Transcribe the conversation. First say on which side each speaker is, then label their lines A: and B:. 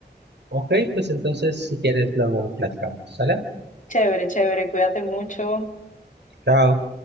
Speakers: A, on the right; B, on the left.
A: Ok, pues entonces si quieres luego platicamos, ¿sale?
B: Chévere, chévere, cuídate mucho.
A: Chao.